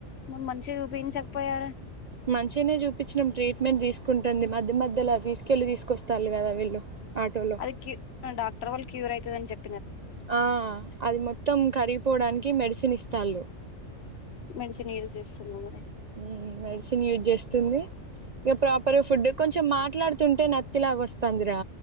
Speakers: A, on the left; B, on the right.
A: మరి మంచిగా చూపించకపోయారా
B: మంచిగానే చూపించినాం ట్రీట్మెంట్ తీసుకుంటుంది మధ్య మధ్యలోలా తీసుకెళ్లి తీసుకొస్తాళ్ళు కదా వీళ్ళు ఆటోలో
A: అది క్యూ డాక్టర్ వాళ్ళు క్యూర్ అయితదని చెప్
B: ఆ అది మొత్తం కరి పోడానికి మెడిసిన్ ఇస్తాళ్ళు
A: మెడిసిన్ యూజ్ చేస్తున్నా మరి
B: మ్ మెడిసిన్ యూజ్ చేస్తుంది ఇగ ప్రాపర్ గా ఫుడ్ కొంచెం మాట్లాడుతుంటే నత్తిలాగోస్తుందిరా